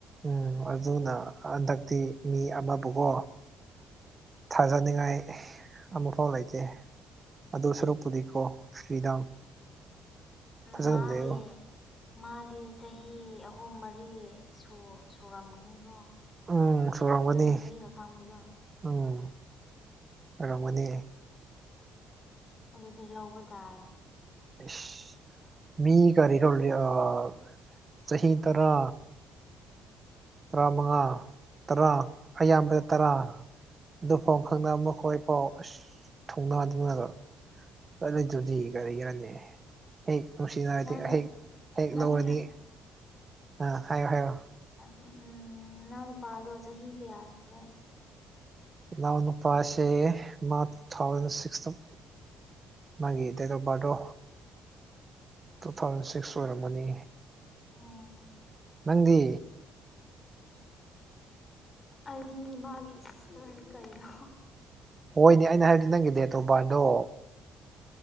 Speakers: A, on the right (about 30°); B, on the left (about 30°).
A: ꯎꯝ ꯑꯗꯨꯅ ꯍꯟꯗꯛꯇꯤ ꯃꯤ ꯑꯃꯕꯨꯀꯣ ꯊꯥꯖꯅꯤꯡꯉꯥꯏ ꯑꯃꯨꯛꯐꯥꯎ ꯂꯩꯇꯦ ꯑꯗꯨ ꯁꯔꯨꯛ ꯄꯨꯗꯤꯀꯣ ꯐ꯭ꯔꯤꯗꯝ
B: ꯎꯝ
A: ꯐꯖꯅ
B: ꯃꯥꯗꯤ
A: ꯂꯩꯌꯨ
B: ꯃꯥꯒꯤ ꯆꯍꯤ ꯑꯍꯨꯝ ꯃꯔꯤ ꯁꯨꯔ ꯁꯨꯔꯝꯒꯅꯤꯀꯣ
A: ꯎꯝ ꯁꯨꯔꯝꯒꯅꯤ
B: ꯑꯗꯨ ꯅꯨꯄꯤꯒ ꯈꯪꯕꯗꯣ
A: ꯎꯝ ꯑꯣꯏꯔꯝꯒꯅꯤ
B: ꯑꯗꯨꯗꯤ ꯂꯧꯕ ꯇꯥꯔꯦ
A: ꯏꯁ ꯃꯤ ꯀꯔꯤ ꯐꯧ <unintelligible> ꯆꯍꯤ ꯇꯔꯥ ꯇꯔꯥꯃꯉꯥ ꯇꯔꯥ ꯑꯌꯥꯝꯕꯗ ꯇꯔꯥ ꯑꯗꯨꯐꯥꯎ ꯈꯪꯅ ꯃꯈꯣꯏ ꯐꯥꯎ ꯑꯁ ꯊꯨꯡꯅꯗꯅꯒ ꯆꯠꯂꯤꯗꯨꯗꯤ ꯀꯔꯤꯒꯤꯔꯅꯦ ꯍꯦꯛ ꯅꯨꯡꯁꯤꯅꯔꯗꯤ
B: ꯅꯪ
A: ꯍꯦꯛ ꯍꯦꯛ
B: ꯅꯪ
A: ꯂꯧꯔꯅꯤ ꯑꯥ ꯍꯥꯏꯌꯣ ꯍꯥꯏꯌꯣ
B: ꯎꯝ ꯎꯝ ꯅꯅꯥꯎ ꯅꯨꯄꯥꯗꯣ ꯆꯍꯤ ꯀꯌꯥ ꯁꯨꯔꯦ
A: ꯢꯅꯥꯎ ꯅꯨꯄꯥꯥꯁꯦ ꯃꯥ ꯇꯨꯊꯥꯎꯖꯟ ꯁꯤꯛꯁꯇ ꯃꯥꯒꯤ ꯗꯦꯠ ꯑꯣꯐ ꯕꯥ꯭ꯔꯠꯗꯣ ꯇꯨ ꯊꯥꯎꯖꯟ ꯁꯤꯛꯁ ꯑꯣꯏꯔꯝꯃꯅꯤ
B: ꯎꯝ
A: ꯅꯪꯗꯤ
B: ꯑꯩꯗꯤ ꯃꯥꯒꯤ ꯁꯤꯁꯇꯔꯅꯤ ꯀꯩꯅꯣ
A: ꯍꯣꯏꯅꯦ ꯑꯩꯅ ꯍꯥꯏꯕꯗꯤ ꯅꯪꯒꯤꯗꯦꯠ ꯑꯣꯐ ꯕꯥꯔꯗꯗꯣ